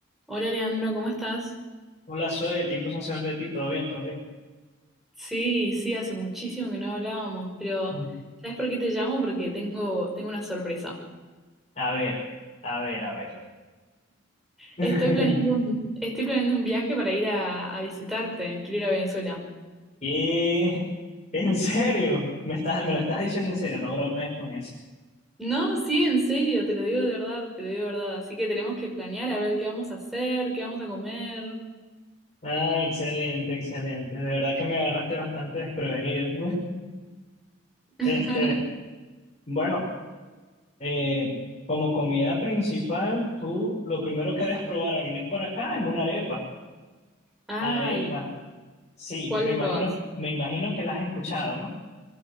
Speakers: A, in the centre; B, on the left.
A: Hola Leandro, ¿cómo estás?
B: Hola, Zoe, tiempo sin saber de ti, todo bien, todo bien.
A: Sí, sí, hace muchísimo que no hablábamos, pero
B: Mm.
A: ¿sabes por qué te llamo? Porque tengo, tengo una sorpresa.
B: A ver, a ver, a ver. <laughs>
A: Estoy planeando un, estoy planeando un viaje para ir a, a visitarte, quiero ir a Venezuela.
B: ¿Qué? ¿En serio? ¿Me estás, me lo estás diciendo en serio? No bromees con eso.
A: No, sí, en serio, te lo digo de verdad, te lo digo de verdad. Así que tenemos que planear a ver qué vamos a hacer, qué vamos a comer.
B: Ah, excelente, excelente. De verdad que me agarraste bastante desprevenido. <laughs>
A: <laughs>
B: Este, bueno, eh, como comida principal, tú lo primero que debes probar al venir por acá es una arepa.
A: Ah,
B: Arepa.
A: ¿y
B: Sí,
A: cuál
B: me
A: de
B: imagino,
A: todas?
B: me imagino que la has escuchado, ¿no?